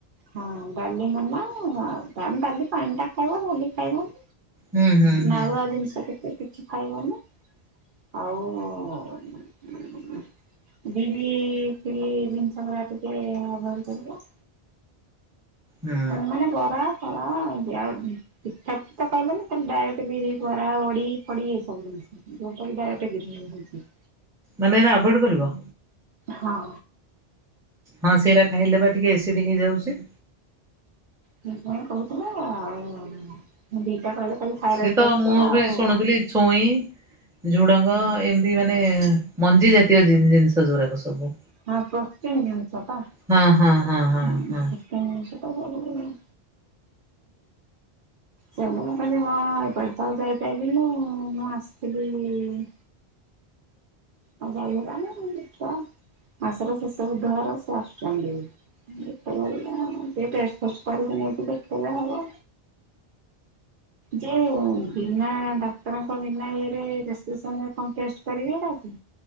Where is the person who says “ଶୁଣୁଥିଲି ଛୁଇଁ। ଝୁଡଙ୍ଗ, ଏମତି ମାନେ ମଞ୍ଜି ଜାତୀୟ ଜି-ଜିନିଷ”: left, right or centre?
Centre